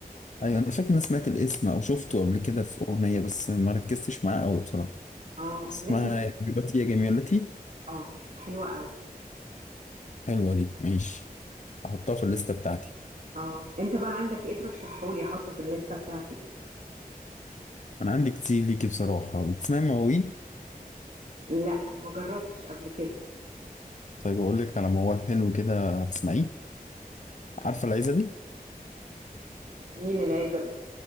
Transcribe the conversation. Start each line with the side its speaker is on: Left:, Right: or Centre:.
Left: أيوة أنا فاكر إن أنا سمعت الاسم أو شفته قبل كده في أغنية بس ما ركزتش معاه أوي بصراحة
Right: اه
Left: اسمها
Right: لازم
Left: يا حبيبتي يا جميلتي
Right: اه حلوة قوي
Left: حلوة دي ماشي أحطها في الليستة بتاعتي
Right: اه أنت بقى عندك إيه ترشحهولي أحطه في الليستة بتاعتي
Left: أنا عندي كتير ليكي بصراحة بتسمعي مواويل
Right: لا ما جربتش قبل كده
Left: طيب أقول لك على موال حلو كده هتسمعيه عارفة العزبي
Right: مين العزبي